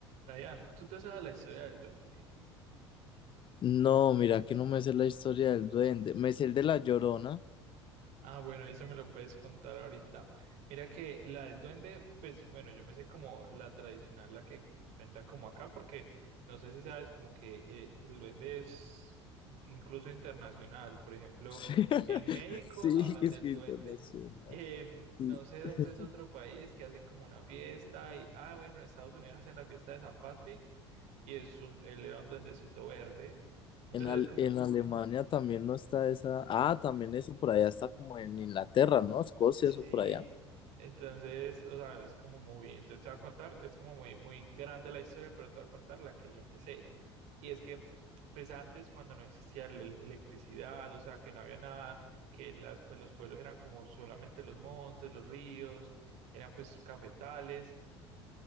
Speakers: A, on the right; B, on the left.
A: Ryan, tú te sabes la historia del duende.
B: No, mira que no me sé la historia del duende. Me sé el de la Llorona.
A: Ah, bueno, eso me lo puedes contar ahorita. Mira que la del duende, pues bueno, yo me sé como la tradicional, la que cuentan como acá, porque no sé si sabes como que eh, el duende es incluso internacional. Por ejemplo,
B: <laughs>
A: en México
B: Sí,
A: hablan
B: es
A: del
B: que
A: duende.
B: internacional.
A: En
B: Y
A: no sé dónde
B: <laughs>
A: es otro país que hacen como una fiesta y, ah, bueno, en Estados Unidos hacen la fiesta de San Patrick y es un, él era un duendecito verde. Entonces,
B: En, Al-
A: como
B: en Alemania también no está esa. Ah, también eso por allá está como en Inglaterra, ¿no? Escocia,
A: Sí,
B: eso por allá.
A: entonces, o sea, es como muy, entonces te voy a contar, es como muy, muy grande la historia, pero te voy a contar la que yo me sé. Y es que, pues antes, cuando no existía la el- electricidad, o sea, que no había nada, que las, pues, los pueblos eran como solamente los montes, los ríos, eran pues cafetales